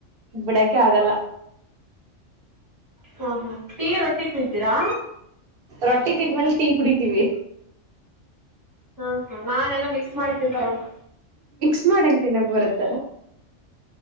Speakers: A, on the right (about 55°); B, on the right (about 20°).
A: ಬಿಡಕ್ಕೆ ಆಗಲ್ಲ
B: ಹಾ ಹಾ ಟೀ ರೊಟ್ಟಿ ತಿಂತೀರಾ
A: ರೊಟ್ಟಿ ತಿದ್ಮೇಲೆ ಟೀ ಕುಡಿತೀವಿ
B: ಹಾ ಹ ನಾನ್ ಏನೋ ಮಿಕ್ಸ್ ಮಾಡಿ ತಿಂತಾರೇ ಅಂತ
A: ಮಿಕ್ಸ್ ಮಾಡಿ ಎಂಗ್ ತಿನ್ನಕ್ ಬರುತ್ತೆ